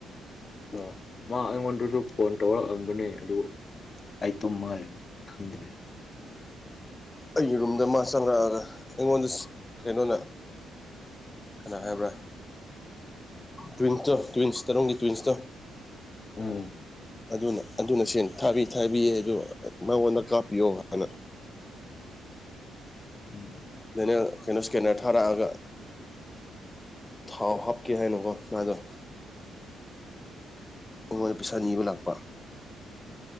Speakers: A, on the left (about 35°); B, on the left (about 20°).
A: ꯑꯣ ꯃꯥ ꯑꯩꯉꯣꯟꯗꯁꯨ ꯐꯣꯟ ꯇꯧꯔꯛꯑꯝꯕꯅꯦ ꯑꯗꯨ ꯑꯩ ꯇꯨꯝꯃꯒ ꯂꯩꯕꯒꯤ ꯈꯪꯗ꯭ꯔꯦ
B: ꯑꯩꯒꯤ ꯔꯨꯝꯗ ꯃꯥ ꯆꯪꯪꯂꯛꯑꯒ ꯑꯩꯉꯣꯟꯗ ꯀꯩꯅꯣꯅ ꯀꯅꯥꯟ ꯍꯥꯏꯕ꯭ꯔꯥ ꯇ꯭ꯋꯤꯟꯇ ꯇ꯭ꯋꯤꯟꯁ ꯇꯔꯨꯛꯅꯤ ꯇ꯭ꯋꯤꯟꯁꯇ
A: ꯎꯝ
B: ꯑꯗꯨꯅ ꯑꯗꯨꯅ ꯁꯦꯡ ꯊꯥꯕꯤ ꯊꯥꯕꯤꯌꯦ ꯑꯗꯣ ꯃꯉꯣꯟꯗ ꯀꯥꯞꯄꯤꯌꯣ ꯍꯥꯏꯅ
A: ꯎꯝ
B: ꯑꯩꯅ ꯀꯩꯅꯣ ꯏꯁꯀꯦꯟꯅꯔ ꯊꯥꯔꯛꯑꯒ ꯊꯥꯎ ꯍꯥꯞꯀꯦ ꯍꯥꯏꯅꯒꯣ ꯃꯥꯗꯣ ꯑꯣꯍꯣꯏ ꯄꯩꯁꯥ ꯅꯤꯕ ꯂꯥꯛꯄ